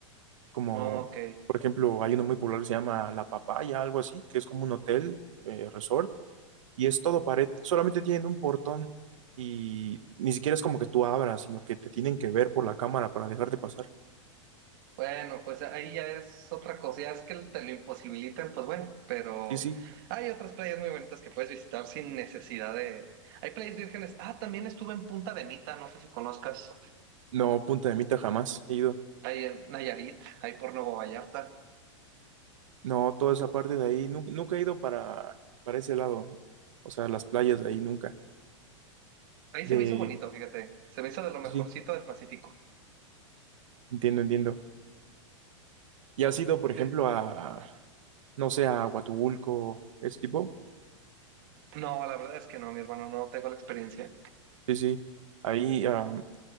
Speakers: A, on the right; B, on the right.
A: como,
B: Ah, ok.
A: por ejemplo, hay uno muy popular que se llama La Papaya, algo así, que es como un hotel, eh, resort, y es todo pared, solamente tienen un portón y ni siquiera es como que tú abras, sino que te tienen que ver por la cámara para dejarte pasar.
B: Bueno, pues ahí ya es otra cosa, ya es que te lo imposibilitan, pues bueno, pero
A: Sí, sí,
B: hay otras playas muy bonitas que puedes visitar sin necesidad de... Hay playas vírgenes, ah, también estuve en Punta de Mita, no sé si conozcas,
A: no, Punta de Mita jamás he ido.
B: ahí en Nayarit, ahí por Nuevo Vallarta,
A: No, toda esa parte de ahí, nu- nunca he ido para, para ese lado, o sea, las playas de ahí nunca.
B: ahí
A: De,
B: se me hizo bonito, fíjate, se me hizo de lo mejorcito
A: sí, sí,
B: del Pacífico.
A: entiendo, entiendo. ¿Y has ido, por ejemplo,
B: Eh,
A: a, no sé, a Huatulco, ese tipo?
B: No, la verdad es que no, mi hermano, no tengo la experiencia.
A: Sí, sí. Ahí, am,